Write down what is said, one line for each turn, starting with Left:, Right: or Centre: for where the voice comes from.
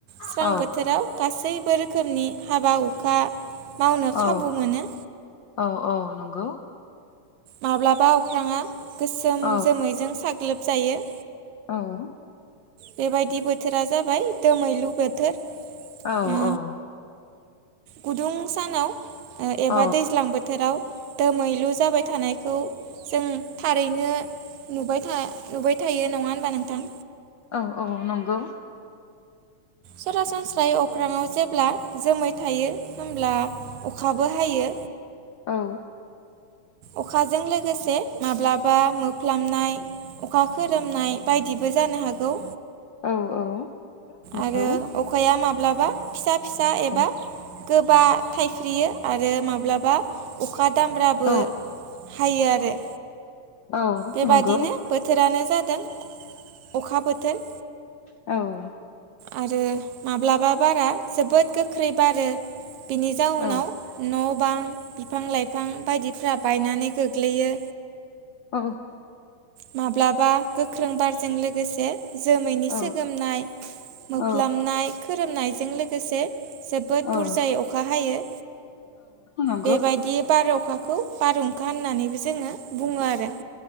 Right: स्रां
Left: औ
Right: बोथोराव गासै बो रोखोमनि हाबा हुखा मावनो
Left: औ
Right: खाबु मोनो।
Left: औ औ नंगौ
Right: माब्लाबा अख्राङा गोसोम
Left: औ
Right: जोमैजों साग्लोबजायो।
Left: औ
Right: बेबायदि बोथोरा जाबाय दोमैलु बोथोर।
Left: औ
Right: ओ
Left: औ
Right: गुदुं सानाव एबा
Left: औ
Right: दैज्लां बोथोराव दोमैलु जाबाय थानायखौ जों थारैनो नुबाय था नुबाय थायो नङा होनबा नोंथां
Left: औ औ नंगौ
Right: सरासनस्रायै अख्राांव जेब्ला जोमै थायो होमब्ला अखाबो हायो।
Left: औ
Right: अखाजों लोगोसे माब्लाबा मोफ्लाबनाय अखा खोरोमनाय बायदिबो जानो हागौ।
Left: औ औ औ
Right: आरो अखाया माब्लाबा फिसा फिसा एबा
Left: औ
Right: गोबा थाइख्रियो आरो माब्लाबा अखा दामब्राबो
Left: औ नंगौ औ
Right: हायो आरो
Left: औ
Right: बेबादिनो
Left: नंगौ
Right: बोथोरानो जादों अखा बोथोर
Left: औ
Right: आरो माब्लाबा बारा जोबोद गोख्रै बारो बिनि जाउनाव
Left: औ
Right: न' बां बिफां लाइफां बायदिफ्रा बायनानै गोग्लैयो
Left: औ
Right: माब्लाबा गोख्रों बारजों लोगोसे जोमैनि
Left: औ
Right: सोगोमनाय मोफ्लाोमनाय
Left: औ
Right: खोरोमनायजों लोगोसे जोबोद
Left: औ
Right: बुरजायै अखा हायो
Left: औ नंगौ
Right: बेबायदि बार अखाखौ बारहुंखा होननानैबो जोङो बुङो आरो।